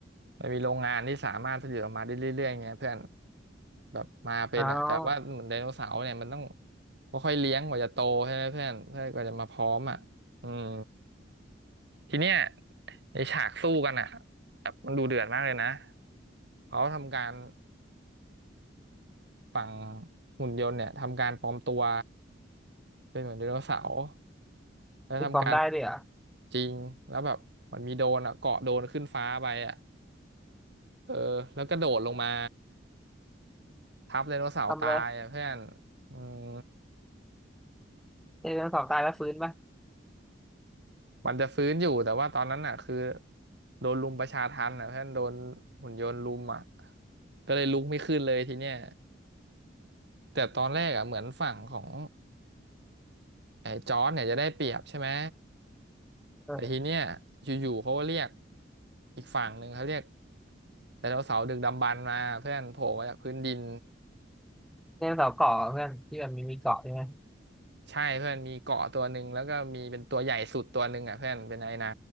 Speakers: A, on the right (about 65°); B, in the centre.
A: มันมีโรงงานที่สามารถผลิตออกมาได้เรื่อยๆไงเพื่อนแบบมาเป็นอ่ะแต่ว่าเหมือนไดโนเสาร์เนี่ยมันต้อง
B: อ๋อ
A: ค่อยๆเลี้ยงกว่าจะโตใช่ไหมเพื่อนเพื่อนกว่าจะมาพร้อมอ่ะอืมทีเนี้ยในฉากสู้กันอ่ะแบบมันดูเดือดมากเลยนะเขาทำการฝั่งหุ่นยนต์เนี่ยทำการปลอมตัวเป็นเหมือนไดโนเสาร์แล้วทำการ
B: มีความได้ด้วยเหรอ
A: จริงแล้วแบบมันมีโดรนอ่ะเกาะโดรนขึ้นฟ้าไปอ่ะเออแล้วก็โดดลงมา ทับไดโนเสาร์ตายอะเพื่อน
B: ทำเลย
A: อืม
B: ไดโนเสาร์ตายแล้วฟื้นป่ะ
A: มันจะฟื้นอยู่แต่ว่าตอนนั้นอ่ะคือโดนรุมประชาทัณฑ์อ่ะเพื่อนโดนหุ่นยนต์รุมอ่ะก็เลยลุกไม่ขึ้นเลยทีเนี้ยแต่ตอนแรกอ่ะเหมือนฝั่งของไอ้จอร์จเนี่ยจะได้เปรียบใช่ไหม
B: เออ
A: แต่ทีเนี้ยอยู่ๆเขาก็เรียกอีกฝั่งหนึ่งเขาเรียกไดโนเสาร์ดึกดำบรรพ์มาเพื่อนโผล่มาจากพื้นดิน
B: ไดโนเสาร์เกาะเพื่อนที่แบบมีมีเกาะใช่ไหม
A: ใช่เพื่อนมีเกาะตัวหนึ่งแล้วก็มีเป็นตัวใหญ่สุดตัวหนึ่งอ่ะเพื่อนเป็นไอ้น้